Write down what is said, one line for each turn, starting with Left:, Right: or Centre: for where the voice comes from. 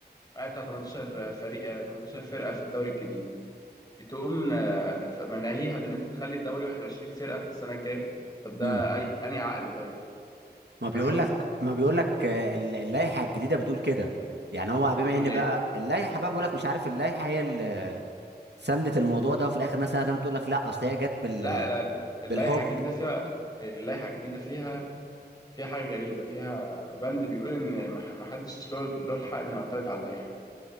Left: معايا بتاع 18 فريق آه، 18 فرقة في الدوري الجديد تقوم آه، ف- مناهيها بإن أنت تخلي الدوري 21 فرقة السنة الجاية طب ده
Right: امم
Left: أي أنهي عقل طيب
Right: ما بيقول
Left: فاهم قصدي؟
Right: لك ما بيقول لك اللائحه الجديده بتقول كده يعني هو بما
Left: بتقول
Right: ان
Left: إيه؟
Right: بقى اللائحه بقى بيقول لك مش عارف اللائحه هي اللي سندت الموضوع ده وفي الاخر ناس سنه تانية تقول لك لا اصل هي جت بال
Left: لا لا اللائحة
Right: بالحب
Left: الجديدة فيها اللائحة الجديدة فيها فيها حاجة غريبة فيها بند بيقول إن مح- محدش له له الحق إنه يعترض على اللائحة